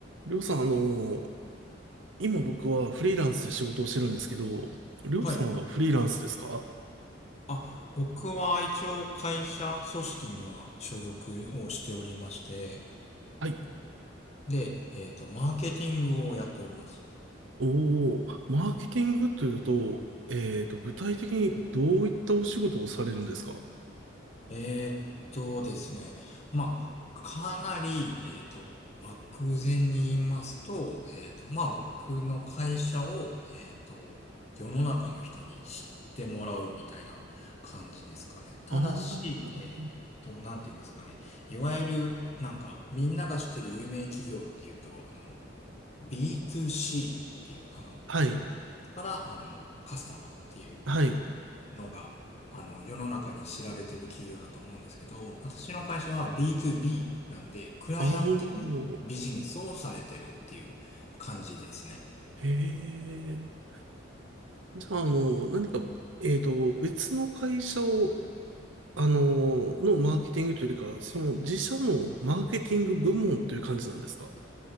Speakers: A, on the right; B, on the left.
A: りょうさん、あのー今僕はフリーランスで仕事をしてるんですけど、りょうさんはフリーランスですか
B: はい。あ、僕は一応会社組織には所属をしておりまして、
A: はい。
B: で、えっと、マーケティングをやっております。
A: おー、マーケティングというと、えっと、具体的にどういったお仕事をされるんですか
B: えーっとですね、まあ、かなり、えーっと、漠然に言いますと、えーっと、まあ、僕の会社を、えーっと、世の中の人に知ってもらうみたいな感じですかね。ただし、
A: ああー、なるほど。
B: えーっと、なんて言うんですかね。いわゆる、なんか、みんなが知ってる有名企業っていうと、あの、B2C っていう、あの、
A: はい。
B: から、あの、カスタマーっていう
A: はい。
B: のが、あの、世の中に知られてる企業だと思うんですけど、私の会社は B2B なんで、クライアントのビジネスをされてるっていう感じですね。
A: あー、へえ。じゃあ、あの、何か、えっと、別の会社を、あのーのマーケティングというよりかその自社のマーケティング部門という感じなんですか